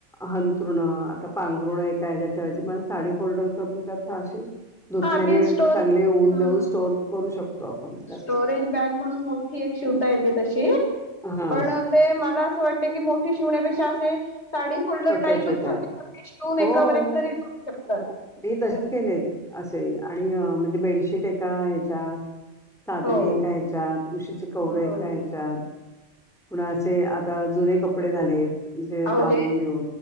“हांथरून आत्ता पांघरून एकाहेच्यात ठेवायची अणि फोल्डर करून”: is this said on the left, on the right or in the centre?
Centre